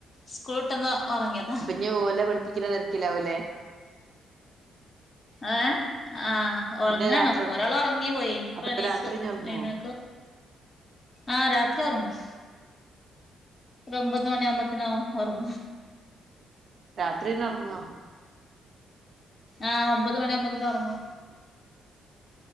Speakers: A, on the left (about 35°); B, on the right (about 50°).
A: സ്കൂൾട്ടന്ന് ഒറങ്ങിയതാ
B: ഞ് ഓലെ പഠിപ്പിക്ക്ണ തെരക്കില്ലാവും ല്ലേ
A: ഏഹ് ആഹ് ഒറങ്ങാണ്
B: പിന്നെ രാത്രി
A: ഒരാൾ ഒറങ്ങി പോയി ഇനിപ്പണിസും
B: അപ്പൊ രാത്രി ഇഞ്ഞ് ഒറങ്ങോ
A: എഴുന്നേക്കും ആഹ് രാത്രി ഒറങ്ങും ഓരൊമ്പത് മണി ആവുമ്പത്തിന് ഒ ഒറങ്ങും
B: രാത്രി പിന്നെ ഒറങ്ങോ
A: ആഹ് ഒമ്പത് മണി ആവുമ്പതിന് ഒറങ്ങും